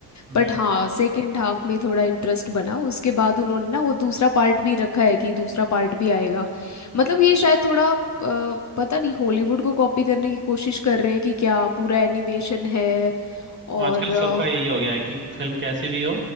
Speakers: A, on the right; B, on the left.
A: से
B: बट हाँ सेकंड हाफ में थोड़ा इंटरेस्ट बना उसके बाद उन्होंने ना वो दूसरा पार्ट भी रखा है कि दूसरा पार्ट भी आएगा मतलब ये शायद थोड़ा अ, पता नहीं हॉलीवुड को कॉपी करने की कोशिश कर रहे हैं कि क्या पूरा एनिमेशन है और
A: आजकल
B: अ,
A: सबका यही हो गया है कि फिल्म कैसी भी हो